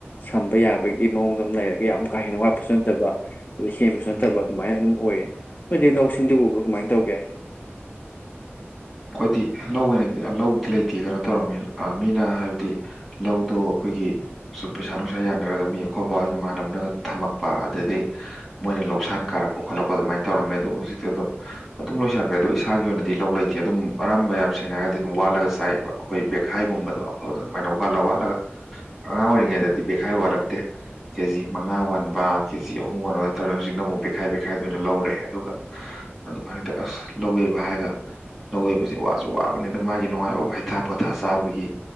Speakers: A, on the left; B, in the centre.
A: ꯁꯝꯕ ꯌꯥꯕꯒꯤ ꯃꯑꯣꯡꯗ ꯑꯗꯨꯝ ꯂꯩꯔꯒ ꯌꯥꯝ ꯀꯥ ꯍꯦꯟꯅ ꯋꯥꯠꯄꯁꯨ ꯅꯠꯇꯕ ꯑꯗꯩ ꯍꯦꯟꯕꯁꯨ ꯅꯠꯇꯕ
B: ꯎꯝ
A: ꯑꯗꯨꯃꯥꯏꯅ ꯑꯗꯨꯝ ꯑꯣꯏꯌꯦ ꯑꯗꯨꯗꯤ ꯂꯧꯁꯤꯡꯗꯨꯕꯨꯕ꯭ꯔꯥ ꯀꯃꯥꯏꯅ ꯇꯧꯒꯦ
B: ꯑꯣꯏꯗꯤ ꯂꯧ ꯑꯣꯏꯅꯗꯤ ꯂꯧꯗꯤ ꯂꯩꯇꯦ ꯀꯩꯅꯣ ꯇꯧꯔꯝꯃꯤ ꯃꯤꯅ ꯍꯥꯏꯕꯗꯤ ꯂꯧꯗꯣ ꯑꯩꯈꯣꯏꯒꯤ ꯁꯨꯝ ꯄꯩꯁꯥ ꯅꯨꯡꯁꯥ ꯌꯥꯅꯔꯒ ꯃꯤ ꯑꯩꯈꯣꯏꯕꯕꯥꯒꯤ ꯃꯃꯥꯟꯅꯕꯅꯒ ꯊꯝꯃꯛꯄ ꯑꯗꯨꯗꯒꯤꯩ ꯃꯣꯏꯅ ꯂꯧꯁꯥꯟ ꯀꯥꯔꯛꯄ ꯈꯣꯠꯂꯛꯄ ꯑꯗꯨꯃꯥꯏꯅ ꯇꯧꯔꯝꯃꯦ ꯑꯗꯨ ꯍꯧꯖꯤꯛꯇꯤ ꯑꯗꯣ ꯑꯗꯨꯝ ꯂꯣꯏꯁꯟꯈ꯭ꯔꯦ ꯑꯗꯣ ꯏꯁꯥꯒꯤ ꯑꯣꯏꯅꯗꯤ ꯂꯧ ꯂꯩꯇꯦ ꯑꯗꯨꯝ ꯑꯔꯝꯕ ꯌꯥꯝ ꯁꯦꯡꯅ ꯍꯥꯏꯔꯒꯗꯤ ꯑꯗꯨꯝ ꯋꯥꯠꯂꯒ ꯆꯥꯏꯑꯕ ꯑꯩꯈꯣꯏ ꯕꯦꯈꯥꯏꯒꯨꯝꯕꯗꯣ ꯑꯐꯕꯗ ꯑꯗꯨꯃꯥꯏꯅ ꯋꯥꯠꯂ ꯋꯥꯠꯂꯒ ꯑꯉꯥꯡ ꯑꯣꯏꯔꯤꯉꯩꯗꯗꯤ ꯕꯦꯠꯈꯥꯏ ꯋꯥꯠꯂꯛꯇꯦ ꯀꯦꯖꯤ ꯃꯉꯥ ꯋꯥꯟꯕ ꯀꯦꯖꯤ ꯑꯍꯨꯝ ꯋꯥꯟꯕ ꯑꯗꯨ ꯇꯧꯔꯦ ꯍꯧꯖꯤꯛꯅ ꯑꯃꯨꯛ ꯕꯦꯈꯥꯏ ꯕꯦꯈꯥꯏꯗ ꯑꯣꯏꯅ ꯂꯧꯔꯦ ꯑꯗꯨꯒ ꯑꯗꯨꯃꯥꯏꯅ ꯇ ꯑꯁ ꯂꯧꯒꯦꯕ ꯍꯥꯏꯔꯒ ꯂꯧꯋꯏꯕꯁꯤ ꯋꯥꯁꯨ ꯋꯥꯕꯅꯤ ꯑꯗ ꯃꯥꯒꯤ ꯅꯨꯡꯉꯥꯏꯐꯥꯎ ꯍꯩꯊꯥ ꯄꯣꯊꯥ ꯆꯥꯕꯒꯤ